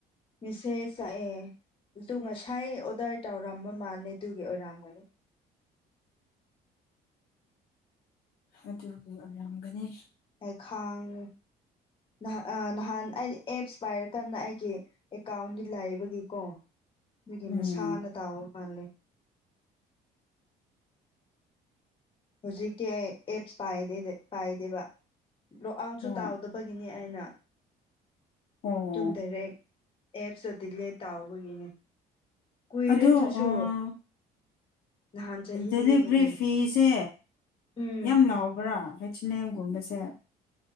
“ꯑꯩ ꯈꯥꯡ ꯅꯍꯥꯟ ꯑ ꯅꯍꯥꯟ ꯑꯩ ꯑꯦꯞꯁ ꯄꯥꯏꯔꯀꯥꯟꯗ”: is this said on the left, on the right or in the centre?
Left